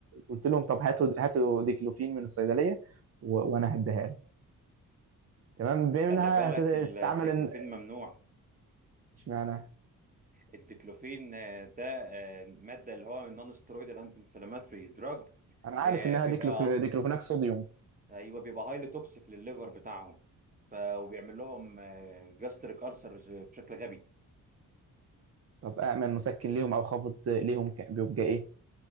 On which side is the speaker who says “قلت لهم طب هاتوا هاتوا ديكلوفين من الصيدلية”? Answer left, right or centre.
Right